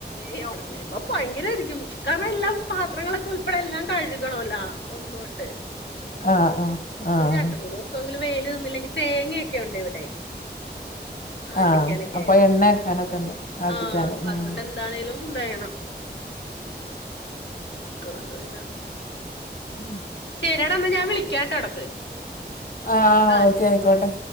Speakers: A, on the left; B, on the left.
A: ഏ ഓണം വരുമ്പോ ഭയങ്കരമായിരിക്കും കാരണം എല്ലാം പാത്രങ്ങളുൾപ്പെടെ എല്ലാം കഴുകണല്ലോ. ഒ, ഉണ്ട്
B: ആഹ്, ആഹ് ആഹ്
A: രണ്ട മൂന്ന് ദിവസംങ്കിലും വെയിൽ നിന്നില്ലെങ്കി തേങ്ങയൊക്കെ ഉണ്ട് ഇവിടെ. ആ അട്ടിക്കാനൊക്കെ
B: ആഹ് അപ്പൊ
A: ആയിട്ട്
B: എണ്ണ ആക്കാനൊക്കെ ഉണ്ട് ആട്ടിക്കാന്
A: ആഹ് അപ്പൊ
B: ആഹ്
A: അതുകൊണ്ട് എന്താണേലും വേണം അതുകൊണ്ട് പിന്നെ
B: ഉ
A: ശരിയട ന്ന ഞാൻ വിളിക്കാട്ടോ ഇടക്ക്.
B: ആ
A: ആഹ്
B: ഓക്കെ
A: ശരി
B: ആയിക്കോട്ടെ.